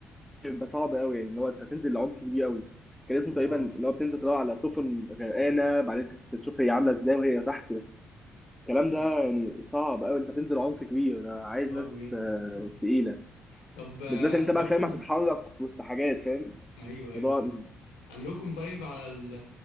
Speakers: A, in the centre; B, on the left.
A: بيبقى صعب قوي يعني اللي هو انت تنزل لعمق كبير قوي كان اسمه تقريبا
B: اه
A: اللي هو بتنزل تدور على سفن غرقانه بعدين تس- تشوف هي عامله ازاي وهي تحت بس الكلام
B: ايوه
A: ده يعني صعب قوي انت بتنزل عمق كبير ده عايز
B: صعب
A: ناس
B: جدا
A: آه،
B: <laughs>
A: تقيله
B: طب آه،
A: بالذات انت
B: قال
A: بقى
B: لكم
A: فاهم هتتحرك وسط حاجات فاهم
B: ايوه ايوه
A: الموضوع
B: فاهم قال لكم طيب على ال